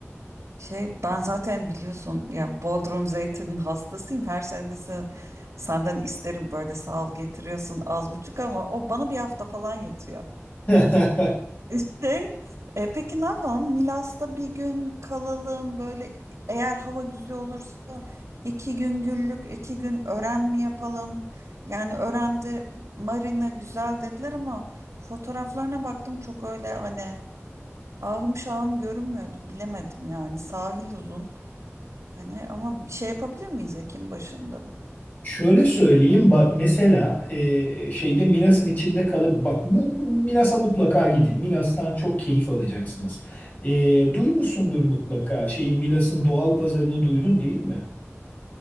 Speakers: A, on the right; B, on the left.
A: Şey ben zaten biliyorsun ya Bodrum zeytinin hastasıyım. Her sene de se- senden isterim böyle sağ ol getiriyorsun az buçuk ama o bana bir hafta falan yetiyor.
B: <laughs>
A: <laughs> Şey e, peki ne yapalım? Milas'ta bir gün kalalım böyle eğer hava güzel olursa iki gün güllük iki gün öğren mi yapalım? Yani öğrende marina güzel dediler ama fotoğraflarına baktım çok öyle hani ahım şahım görünmüyordu bilemedim yani sahil uzun. Hani ama bir şey yapabilir miyiz Ekim başında?
B: Şöyle
A: Ne
B: söyleyeyim
A: diyor?
B: bak mesela e, şeyde Milas'ın içinde kalıp bak bu Milas'a mutlaka gidin. Milas'tan çok keyif alacaksınız. E, duymuşsundur mutlaka şeyin Milas'ın doğal pazarını duydun değil mi?